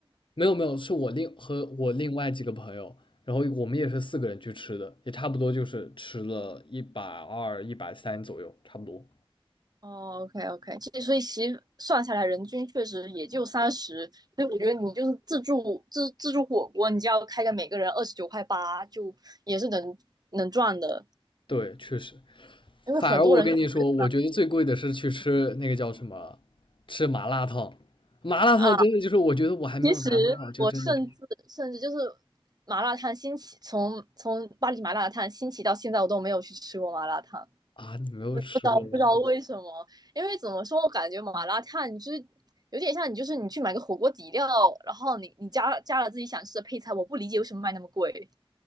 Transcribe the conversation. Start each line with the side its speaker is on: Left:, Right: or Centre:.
Left: 没有没有，是我另和我另外几个朋友，然后我们也是四个人去吃的，也差不多就是吃了一百二、一百三左右，差不多。
Right: 哦，OK OK，其实所以其实算下来，人均确实也就三十，所以我觉得你就是自助自自助火锅，你就要开个每个人二十九块八，就也是能能赚的。
Left: 对，确实。
Right: 因为很多人就只
Left: 反而我跟你说，我觉得最贵的是去吃那个叫什么，吃麻辣烫。麻辣烫真的就是，
Right: 啊，
Left: 我觉得我还没有拿多少，
Right: 其实我甚至甚至就是
Left: 就真的就
Right: 麻辣烫兴起，从从巴黎麻辣烫兴起到现在，我都没有去吃过麻辣烫。
Left: 啊，你没有吃过吗？
Right: 不知道不知道为什么，因为怎么说，我感觉麻辣烫你就是有点像你就是你去买个火锅底料，然后你你加加了自己想吃的配菜，我不理解为什么卖那么贵